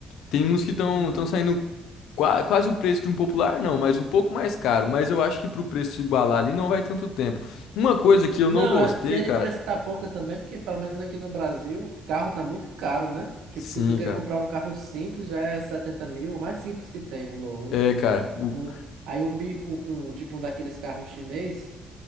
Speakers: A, on the left; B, on the right.
A: Tem uns que estão
B: Uhum.
A: estão saindo qua- quase o preço de um popular, não, mas um pouco mais caro. Mas eu acho que pro preço se igualar ali não vai tanto tempo. Uma coisa que eu
B: Não,
A: não gostei,
B: é. E a diferença
A: cara.
B: tá pouca também, porque pelo menos aqui no Brasil, o carro tá muito caro, né? Tipo,
A: Sim,
B: se tu quer
A: cara.
B: comprar um carro simples, já é 70 mil, o mais simples que tem, um novo, né?
A: É, cara. O,
B: Um, aí um, bi- um, um tipo um daqueles carros chinês